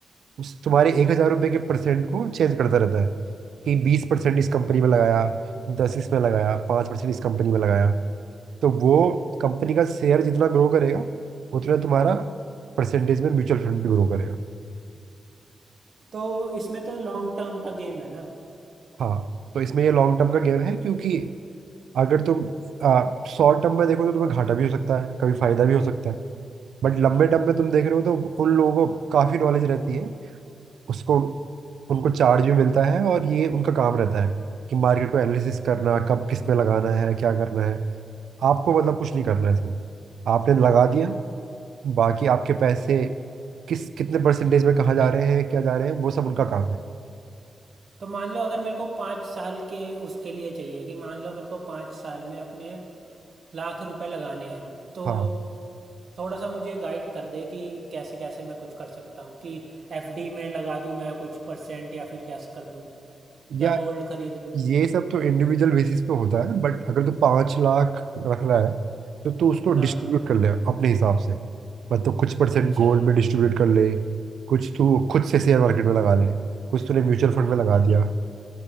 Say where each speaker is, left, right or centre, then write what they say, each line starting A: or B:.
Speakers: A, on the right; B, on the right.
A: उस तुम्हारे एक हजार रुपये के परसेंट को चेंज करता रहता है कि बीस परसेंट इस कंपनी में लगाया दस इसमें लगाया पाँच परसेंट इस कंपनी में लगाया तो वो कंपनी का शेयर जितना ग्रो करेगा उतना तुम्हारा परसेंटेज में म्यूचुअल फंड भी ग्रो करेगा
B: तो इसमें तो लॉन्ग टर्म का गेम है ना
A: हाँ तो इसमें ये लॉन्ग टर्म का गेम है क्योंकि अगर तुम शॉर्ट टर्म में देखो तो तुम्हें घाटा भी हो सकता है कभी फायदा भी हो सकता है बट लंबे टर्म में तुम देख रहे हो तो उन लोगों को काफ़ी नॉलेज रहती है उसको उनको चार्ज भी मिलता है और ये उनका काम रहता है कि मार्केट को एनालिसिस करना कब किस में लगाना है क्या करना है आपको मतलब कुछ नहीं करना है इसमें आपने लगा दिया बाकी आपके पैसे किस कितने परसेंटेज में कहाँ जा रहे हैं क्या जा रहे हैं वो सब उनका काम है
B: तो मान लो अगर मेरे को पाँच साल के उसके लिए चाहिए कि मान लो मेरे को पाँच साल में अपने लाख रुपए लगाने हैं तो
A: हाँ
B: थोड़ा सा मुझे गाइड कर दे कि कैसे कैसे मैं कुछ कर सकता हूँ कि एफडी में लगा दूँ मैं कुछ परसेंट या फिर कैसे कर दूँ
A: या
B: या गोल्ड खरीद लूँ
A: ये सब तो इंडिविजुअल बेसिस पे होता है बट अगर तू पाँच लाख रख रहा है तो तू उसको
B: हाँ
A: डिस्ट्रीब्यूट कर ले अपने हिसाब से मतलब कुछ परसेंट
B: अच्छा
A: गोल्ड में डिस्ट्रीब्यूट कर ले कुछ तू खुद से शेयर मार्केट में लगा ले कुछ तूने म्यूचुअल फंड
B: अच्छा
A: में लगा दिया